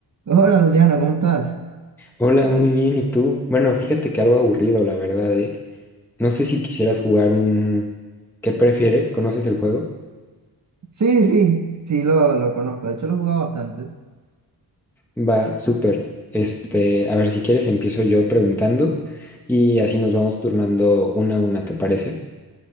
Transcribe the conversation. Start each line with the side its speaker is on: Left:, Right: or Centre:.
Right: Hola Luciano, ¿cómo estás?
Centre: Hola, muy bien. ¿Y tú? Bueno, fíjate que algo aburrido, la verdad, ¿eh? No sé si quisieras jugar un... ¿Qué prefieres? ¿Conoces el juego?
Right: Sí, sí, sí, lo, lo conozco. De hecho, lo he jugado bastante.
Centre: Va, súper. Este, a ver, si quieres empiezo yo preguntando y así nos vamos turnando una a una, ¿te parece?